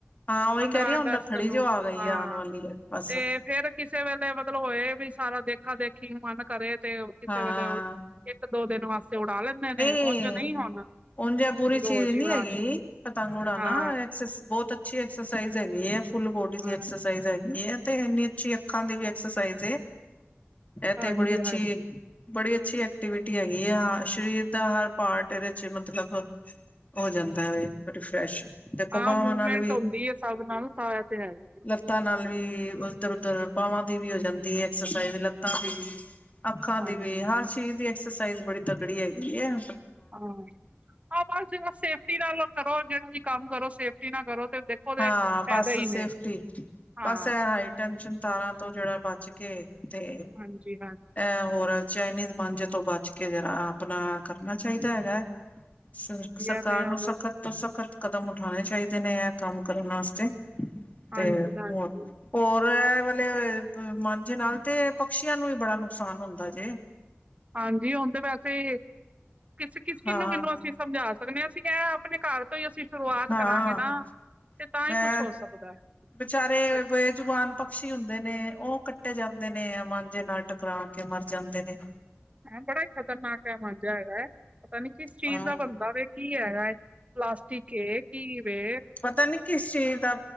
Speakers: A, on the left; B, on the right.
A: ਹਾਂ ਉਹੀ
B: ਪੰਦਰਾਂ
A: ਕਹਿ ਰਹੀ ਹੁਣ
B: ਅਗਸਤ
A: ਰੱਖੜੀ
B: ਨੂੰ,
A: ਜੋ ਆ ਗਈ
B: ਹਾਂ
A: ਹੈ ਆਉਣ ਵਾਲੀ ਹੈ ਬਸ
B: ਤੇ। ਫੇਰ ਕਿਸੇ ਵੇਲੇ ਮਤਲਬ ਹੋਏ, ਵੀ ਸਾਰਾ ਦੇਖਾ ਦੇਖੀ ਮਨ ਕਰੇ ਤੇ ਕਿਸੇ
A: ਹਾਂ
B: ਵੇਲੇ। ਇੱਕ ਦੋ ਦਿਨ ਵਾਸਤੇ ਉਡਾ ਲੈਂਦੇ ਨੇ।
A: ਕੇ
B: ਉੰਝ ਨਹੀਂ ਹੁਣ
A: ਹੁਣ ਪੂਰੀ
B: ਕਿ
A: ਚੀਜ਼
B: ਰੋਜ਼ ਹੀ
A: ਨੀ
B: ਉਡਾਣੀ
A: ਹੈਗੀ, ਪਤੰਗ ਉੜਨਾ।
B: ਹਾਂ
A: ਬਹੁਤ ਅੱਛੀ ਐਕਸਰਸਾਈਜ਼ ਹੈਗੀ ਹੈ, ਫੁੱਲ ਬੋਡੀ
B: ਹਾਂ
A: ਦੀ ਐਕਸਰਸਾਈਜ਼ ਹੈਗੀ ਹੈ, ਤੇ ਇੰਨੀ। ਅੱਛੀ, ਅੱਖਾਂ ਦੀ ਵੀ ਐਕਸਰਸਾਈਜ਼ ਇਹ
B: ਹਾਂਜੀ
A: ਤੇ ਬੜੀ ਅੱਛੀ।
B: ਹਾਂਜੀ
A: ਬੜੀ ਅੱਛੀ ਐਕਟੀਵਿਟੀ ਹੈਗੀ ਆ। ਸਰੀਰ ਦਾ ਹਰ ਪਾਰਟ ਇਹਦੇ ਚ ਮਤਲਬ ਹੋ ਜਾਂਦਾ ਵੇ ਰਿਫਰੈਸ਼। ਦੇਖੋ
B: ਆ
A: ਬਾਹਵਾਂ
B: ਮੂਵਮੈਂਟ
A: ਨਾਲ ਵੀ
B: ਹੁੰਦੀ ਹੈ, ਸਭ ਨਾਲ ਸਾਇਆ ਤੇ ਹੈਗੀ।
A: ਲੱਤਾਂ ਨਾਲ ਵੀ ਉਧਰ ਉਧਰ ਬਾਵਾਂ ਦੀ ਵੀ ਹੋ ਜਾਂਦੀ ਐਕਸਰਸਾਈਜ਼ ਲੱਤਾਂ ਦੀ ਵੀ। ਅੱਖਾਂ
B: ਹਾਂਜੀ
A: ਦੀ ਵੀ ਹਰ ਚੀਜ਼ ਦੀ ਐਕਸਰਸਾਈਜ਼ ਬੜੀ ਤਕੜੀ ਹੈਗੀ ਆ।
B: ਹਾਂ ਆਹ ਬਸ ਜਰਾ ਸੇਫਟੀ ਨਾਲ ਕਰੋ, ਜਿਹੜਾ ਵੀ ਕੰਮ ਕਰੋ ਸੇਫਟੀ ਨਾਲ ਕਰੋ ਤੇ। ਦੇਖੋ ਤੇ
A: ਹਾਂ ਬਸ
B: ਫਾਇਦਾ ਹੀ
A: ਸੇਫਟੀ
B: ਨੇ ਹਾਂ
A: ਬਸ ਇਹ ਹਾਈ ਟੈਸ਼ਨ ਤਾਰਾਂ ਤੋਂ ਜਿਹੜਾ ਬਚ। ਬੱਚ ਕੇ ਤੇ।
B: ਹਾਂਜੀ, ਹਾਂਜੀ।
A: ਇਹ ਹੋਰ ਚਾਈਨੀਜ਼ ਮਾਂਜੇ ਤੋਂ ਬਚ ਕੇ ਜਿਹੜਾ ਆਪਣਾ ਕਰਨਾ ਚਾਹੀਦਾ ਹੈਗਾ? ਸਰ
B: ਵਧੀਆ
A: ਸਰਕਾਰ
B: ਤੇ
A: ਨੂੰ
B: ਹੁਣ
A: ਸਖਤ ਤੋਂ ਸਖ਼ਤ ਕਦਮ ਉਠਾਉਣੇ ਚਾਹੀਦੇ ਨੇ ਹੈ? ਕੰਮ ਕਰਨ ਵਾਸਤੇ
B: ਹਾਂਜੀ
A: ਤੇ
B: ਹਾਂਜੀ
A: ਹੋਰ ਹੋਰ ਇਹ ਵਾਲੇ ਮਾਂਝੇ ਨਾਲ ਤੇ ਪਕਸ਼ੀਆਂ ਨੂੰ ਵੀ ਬੜਾ ਨੁਕਸਾਨ ਹੁੰਦਾ ਜੇ।
B: ਹਾਂਜੀ ਹੁਣ ਤੇ ਵੈਸੇ ਕਿਸ-ਕਿਸ, ਕਿਹਨੂੰ-ਕਿਹਨੂੰ
A: ਹਾਂ
B: ਅਸੀਂ ਸਮਝਾ ਸਕਦੇ ਹਾਂ, ਅਸੀਂ ਕਹਿ ਆਪਣੇ ਘਰ ਤੋਂ ਹੀ ਅਸੀਂ ਸ਼ੁਰੂਆਤ
A: ਹਾਂ
B: ਕਰਾਂਗੇ ਨਾ ਤੇ ਤਾਂ
A: ਮੈਂ
B: ਹੀ ਕੁਛ ਹੋ ਸਕਦਾ।
A: ਵਿਚਾਰੇ
B: ਬ
A: ਬੇਜੁਬਾਨ ਪਕਸ਼ੀ ਹੁੰਦੇ ਨੇ, ਉਹ ਕੱਟੇ ਜਾਂਦੇ ਨੇ ਮਾਂਜੇ ਨਾਲ। ਟਕਰਾ ਕੇ ਮਰ ਜਾਂਦੇ ਨੇ।
B: ਹਾਂ ਬੜਾ ਹੀ ਖਤਰਨਾਕ ਇਹ ਮਾਂਝਾ ਹੈਗਾ ਹੈ, ਪਤਾ ਨੀ ਕਿਸ ਚੀਜ਼
A: ਹਾਂ
B: ਦਾ ਬੰਦਾ ਵਖ? ਕੀ ਹੈਗਾ, ਪਲਾਸਟਿਕ ਏ ਘੀਵੇ
A: ਪਤਾ ਨੀ ਕਿਸ ਚੀਜ਼ ਦਾ